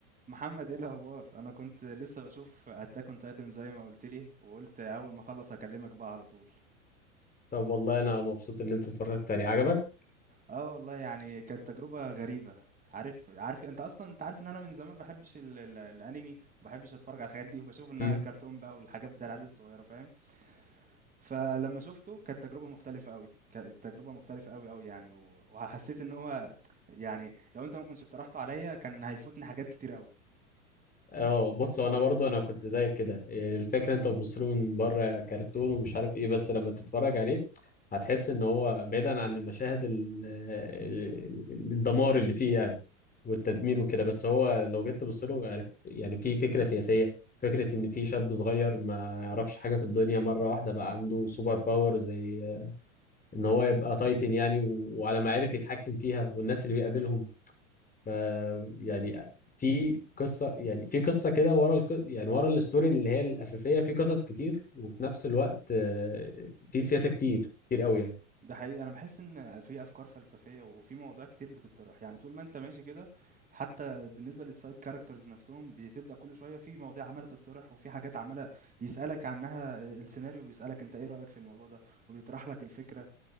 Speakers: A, on the right; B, on the left.
A: محمد ايه الاخبار انا كنت لسه بشوف اتاك اون تايتن زي ما قلت لي وقلت اول ما اخلص اكلمك بقى على طول
B: طب والله انا مبسوط ان انت اتفرجت عليه عجبك
A: اه والله يعني كانت تجربه غريبه عارف عارف انت اصلا انت عارف ان انا من زمان ما بحبش ال ال الانمي وما بحبش اتفرج على الحاجات دي وبشوف انها
B: امم
A: كرتون بقى والحاجات بتاع العيال الصغيره فاهم فلما شفته كانت تجربه مختلفه قوي كانت تجربه مختلفه قوي قوي يعني و- وحسيت ان هو يعني لو انت ما كنتش اقترحته عليا كان هيفوتني حاجات كتير قوي
B: اه بص هو انا برضو انا كنت زيك كده يعني الفكره انت بتبص له من بره كرتون ومش عارف ايه بس لما تتفرج عليه هتحس ان هو بعيدا عن المشاهد ال- ال- الدمار اللي فيه يعني والتدمير وكده بس هو لو جيت تبص له عارف يعني في فكره سياسيه فكره ان في شاب صغير ما يعرفش حاجه في الدنيا مره واحده بقى عنده سوبر باور زي ان هو يبقى تايتن يعني و- وعلى ما عرف يتحكم فيها والناس اللي بيقابلهم ف يعني في قصه يعني في قصه كده ورا الق... يعني ورا الستوري اللي هي الاساسيه في قصص كتير وفي نفس الوقت آه، في سياسه كتير كتير قوي يعني
A: ده حقيقي انا بحس ان في افكار فلسفيه وفي مواضيع كتير بتطرح يعني طول ما انت ماشي كده حتى بالنسبه للسايد كاركترز نفسهم بتبدا كل شويه في مواضيع عماله تطرح وفي حاجات عماله يسالك عنها السيناريو بيسالك انت ايه رايك في الموضوع ده وبيطرح لك الفكره